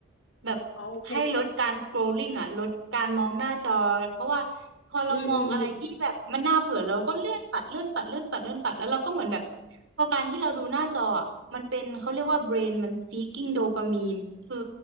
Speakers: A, on the right (about 60°); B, on the left (about 60°).
A: แบบ
B: อ๋อโอเค
A: ให้ลดการส c คร l ลิ่งอ่ะลดการมองหน้าจอเพราะว่าพอเรามองอะไรที่แบบมันน่าเบื่อเราก็เลื่อนปัดเลื่อนปัดเลื่อนปัดเลื่อนปัดแล้วเราก็เหมือนแบบ
B: อืมอืมอืม
A: พอการที่เราดูหน้าจออะมันเป็นเขาเรียกว่า brain มัน seeking โดปามีนคือ